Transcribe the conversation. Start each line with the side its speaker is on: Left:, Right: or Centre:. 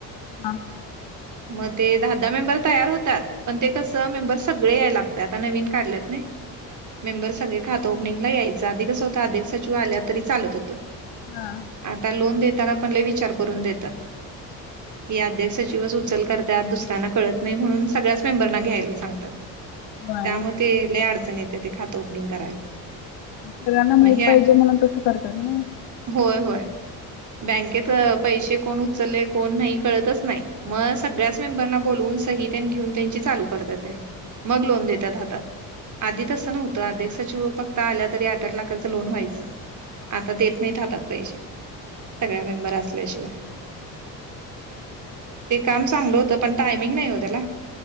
Left: हां
Right: मग ते दहा दहा मेंबर तयार होतात पण ते कस मेंबर सगळे यायलागतात नवीन काढल्यात नाही मेंबर सगळे ओपनिंगला यायचं आधी कस होतं अधिक सचिव आल्या तरी चालत होतं.
Left: हा
Right: आता लोन देताना पण लई विचार करून देतात. कि अध्यक्ष सचिवच उचल करतात दुस ऱ्यांना कळत नाही म्हणून सगळ्याचं मेंबरना घ्यायला सांगतात त्यामुळं
Left: बर
Right: ते लई अडचण येते ते खातं ओपनिंग करायला.
Left: सगळ्यांना
Right: मग
Left: माहित
Right: हे
Left: पाहिजे म्हणून तस करतात नव.
Right: होय होय बँकेत पैसे कोण उचलले कोण नाही कळतच नाही. म सगळ्याच मेंबरना बोलवून सही तेन घेऊन त्यांची चालू करतात त्यांनी. मग लोन देत्यात हातात आधी तसं नव्हतं अध्यक सचिव फक्त आल्या तरी आठ आठ लाखाच लोन व्हायचं आता देत नाहीत हातात पैसे. सगळ्या मेंबर असल्याशिवाय. ते काम चांगलं होतं पण टायमिंग नाही हो त्याला